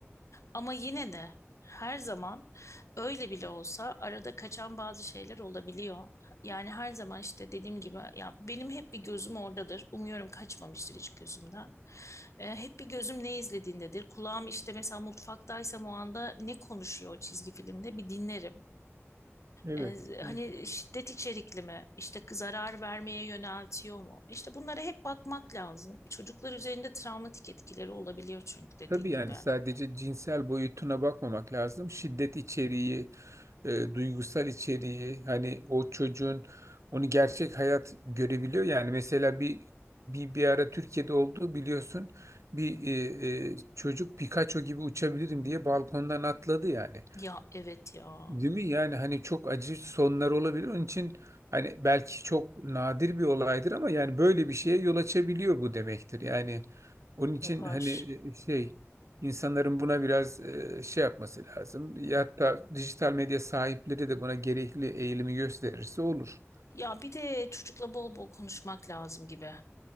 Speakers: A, on the left; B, on the right.
A: Ama yine de her zaman öyle bile olsa arada kaçan bazı şeyler olabiliyor. Yani her zaman işte dediğim gibi ya benim hep bir gözüm oradadır. Umuyorum kaçmamıştır hiç gözümden. Ee, hep bir gözüm ne izlediğindedir. Kulağım işte mesela mutfaktaysam o anda ne konuşuyor o çizgi filmde bir dinlerim.
B: Evet,
A: Ee,
B: evet.
A: hani şiddet içerikli mi? İşte zarar vermeye yöneltiyor mu? İşte bunlara hep bakmak lazım. Çocuklar üzerinde travmatik etkileri olabiliyor çünkü dediğin
B: Tabii yani
A: gibi.
B: sadece cinsel boyutuna bakmamak lazım. Şiddet içeriği, e, duygusal içeriği, hani o çocuğun onu gerçek hayat görebiliyor. Yani mesela bir bir bir ara Türkiye'de olduğu biliyorsun. Bir e, e, çocuk Pikachu gibi uçabilirim diye balkondan atladı yani.
A: Ya evet ya
B: Değil mi? Yani hani çok acı sonlar olabilir. Onun için hani belki çok nadir bir olaydır ama yani böyle bir şeye yol açabiliyor bu demektir. Yani onun için
A: yapar.
B: hani e, şey insanların buna biraz e, şey yapması lazım. Ya hatta dijital medya sahipleri de buna gerekli eğilimi gösterirse olur.
A: Ya bir de çocukla bol bol konuşmak lazım gibi.